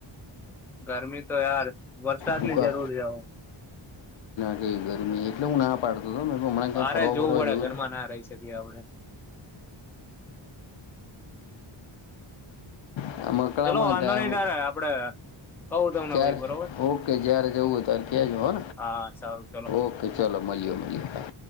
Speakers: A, in the centre; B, on the left.
A: ગરમી તો યાર વરસાદની
B: ભૂકા
A: જરૂર જવો
B: ક ગરમી એટલે હું ના પાડતો બ મેં હમણાં ક્યાં
A: બારે
B: ફરવા ફરવા
A: પડે
B: જોવું
A: ઘરમાં ના રહી શકીએ આપડે
B: હમ આમ અકળામણ
A: ચલો વાંધો
B: થાય
A: નઈિ
B: આમ
A: તારે આપડે ખવું તમને
B: ક્યારે
A: ભ બરોબર
B: ઓકે જય્યારે જવું હો ત્યારે કજ હો
A: હા સારું ચલો
B: ઓકે ચલોો મળીએ મળ હા